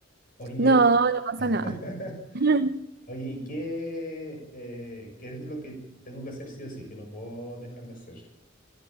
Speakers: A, on the left; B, on the right.
A: Oye,
B: No, no pasa
A: <laughs>
B: nada. <laughs>
A: oye, ¿y qué, eh, qué es lo que tengo que hacer sí o sí, que no puedo dejar de hacer?